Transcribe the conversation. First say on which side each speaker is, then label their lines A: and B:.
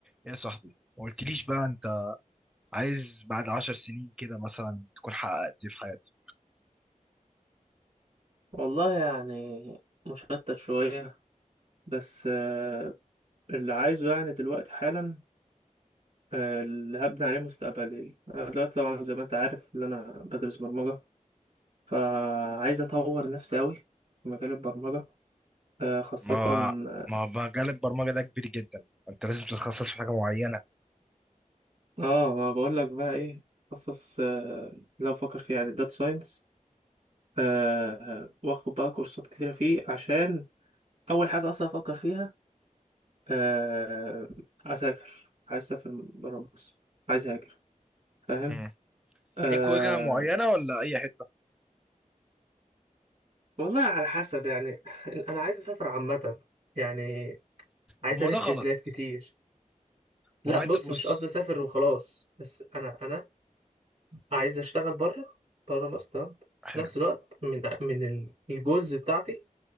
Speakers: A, in the centre; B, on the right.
A: ايه يا صاحبي ما قلتليش بقى انت عايز بعد عشر سنين كده مثلا تكون حققت إيه في حياتك
B: والله يعني مشتت شوية بس آه، اللي عايزه يعني دلوقتي حالا آه، اللي هبني عليه مستقبلي أنا دلوقتي طبعا زي ما أنت عارف إن أنا بدرس برمجة فعايز أطور نفسي أوي في مجال البرمجة آه، خاصة
A: ما هو-
B: آه
A: ما هو مجال البرمجة ده كبير جدا انت لازم تتخصص في حاجة معينة
B: آه، ما بقولك بقى إيه خصص آه، لا بفكر فيه يعني داتا ساينس آه، آه، وآخد بقى كورسات كتيرة فيه عشان أول حاجة أصلا أفكر فيها آه، أسافر عايز أسافر برا مصر عايز أهاجر فاهم
A: مم.
B: آه
A: ليك وجهة معينة ولا اي حتة
B: والله على حسب يعني <laughs> انا عايز اسافر عامه يعني عايز
A: طب ما
B: الف
A: ده غلط
B: في بلاد كتير لا
A: ما هو انت
B: بص
A: بص
B: مش قصدي اسافر وخلاص بس انا انا عايز اشتغل بره بره مصر تمام في
A: حلو
B: نفس الوقت من من ال- الجولز بتاعتي